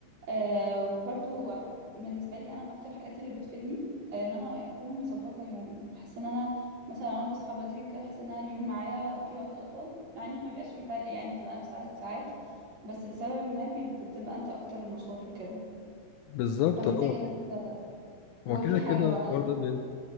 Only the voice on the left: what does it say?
بالظبط
أه
هو كده
كده
الحوار ده بين